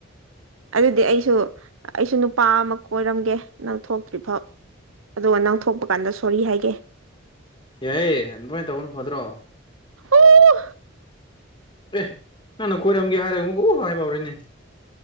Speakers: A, on the right; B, on the left.
A: ꯑꯗꯨꯗꯤ ꯑꯩꯁꯨ ꯑꯩꯁꯨ ꯅꯨꯄꯥ ꯑꯃ ꯀꯣꯏꯔꯝꯒꯦ ꯅꯪ ꯊꯣꯛꯇ꯭ꯔꯤꯐꯥꯎ ꯑꯗꯨꯒ ꯅꯪ ꯊꯣꯛꯄ ꯀꯥꯟꯗ ꯁꯣꯔꯤ ꯍꯥꯏꯒꯦ
B: ꯌꯥꯏꯑꯦ ꯑꯗꯨꯃꯥꯏꯅ ꯇꯧꯕꯅ ꯐꯗ꯭ꯔꯣ
A: ꯎ
B: ꯑꯦ ꯅꯪꯅ ꯀꯣꯏꯔꯝꯒꯦ ꯍꯥꯏꯔꯒ ꯑꯃꯨꯛꯀ ꯑꯣ ꯍꯥꯏꯕ ꯍꯧꯔꯦꯅꯦ